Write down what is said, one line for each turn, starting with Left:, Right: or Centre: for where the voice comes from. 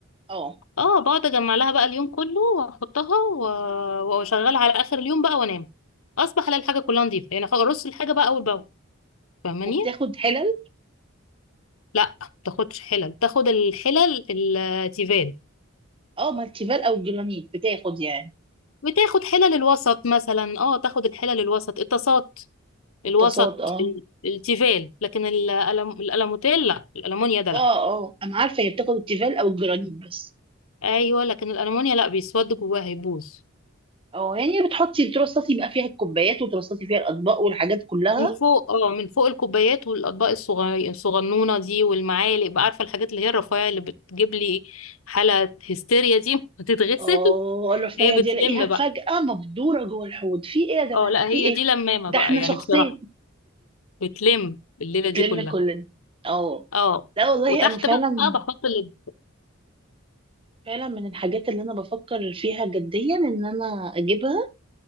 Right: اه
Left: اه بقعد اجمع لها بقى اليوم كله واحطها و- واشغلها على اخر اليوم بقى وانام اصبح الاقي الحاجة كلها نظيفة يعني ارص الحاجة بقى اول باول فاهماني
Right: وبتاخد حلل
Left: لا تاخدش حلل تاخد الحلل التيفال
Right: اه مالتيفال او الجرانيت بتاخد يعني
Left: بتاخد حلل الوسط مثلا اه تاخد الحلل الوسط الطاسات
Right: الطاسات
Left: الوسط
Right: اه
Left: ال- التيفال لكن الألم... الألموتيل لا الألمونيا ده لا
Right: اه اه انا عارفة هي بتاخد التيفال او الجرانيت بس
Left: ايوه لكن الألمونيا لا بيسود جواها هيبوظ
Right: اه يعني بتحطي ترصصي بقى فيها الكوبايات وترصصي فيها الاطباق والحاجات كلها
Left: من فوق اه من فوق الكوبايات والأطباق الصغير الصغنونة دي والمعالق بقى عارفة الحاجات اللي هي الرفيعة اللي بتجيب لي حالة هستيريا دي <laughs> بتتغسل
Right: اه الرفاهية
Left: هي بتلم
Right: دي الاقيها فجأة
Left: بقى
Right: مبدورة جوه الحوض في ايه يا جماعة
Left: اه لا
Right: في
Left: هي
Right: ايه
Left: دي لمامة
Right: ده
Left: بقى
Right: احنا
Left: يعني
Right: شخصين
Left: بصراحة بتلم الليلة
Right: بتلم
Left: دي كلها
Right: كلنا اه
Left: اه
Right: لا والله
Left: وتحت
Right: انا فعلا
Left: بقى بحط ال
Right: فعلا من الحاجات اللي انا بفكر فيها جديا ان انا اجيبها